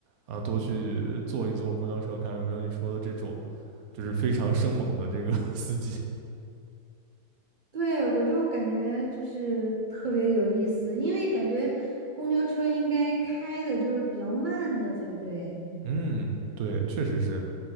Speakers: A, on the right; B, on the right.
A: 啊，多去坐一坐公交车，看有没有你说的这种，就是非常生猛的这个 <laughs> 司机。
B: 对，我就感觉就是特别有意思，因为感觉公交车应该开的就是比较慢的才对。
A: 嗯，对，确实是，